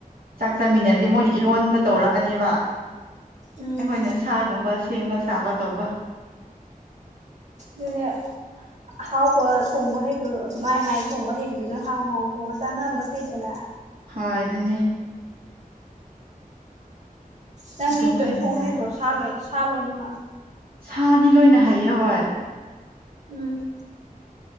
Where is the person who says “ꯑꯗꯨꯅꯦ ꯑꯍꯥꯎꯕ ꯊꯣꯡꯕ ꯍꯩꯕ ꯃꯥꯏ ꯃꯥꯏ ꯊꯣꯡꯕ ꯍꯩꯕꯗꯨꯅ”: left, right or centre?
Right